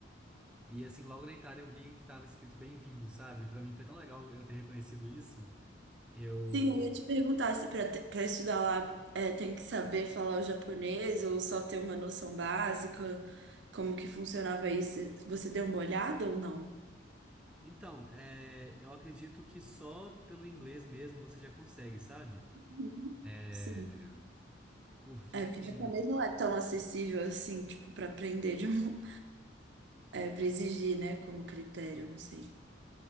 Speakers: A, in the centre; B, on the right.
A: e, assim, logo na entrada eu vi que tava escrito bem-vindo, sabe? Pra mim foi tão legal eu ter reconhecido isso, eu...
B: Sim, eu ia te perguntar se para para estudar lá é, tem que saber falar o japonês ou só ter uma noção básica, como que funcionava isso? Você deu uma olhada ou não?
A: Então, é, eu acredito que só pelo inglês mesmo você já consegue, sabe?
B: Uhum.
A: É...
B: Sim.
A: Porque,
B: É,
A: assim,
B: porque japonês não é tão acessível assim, tipo, para aprender de um, é, para exigir, né, como critério, não sei.